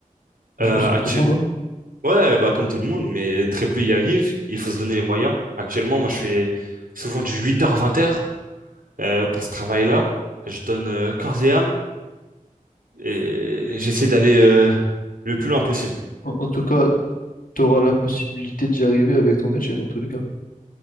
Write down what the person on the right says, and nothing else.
Euh,
actu-
Ouais, bah, comme tout le monde, mais très peu y arrivent. Il faut se donner les moyens. Actuellement, moi, je fais souvent du huit heures vingt heures euh, pour ce travail-là. Je donne euh, corps et âme et j'essaie d'aller euh, le plus
loin possible.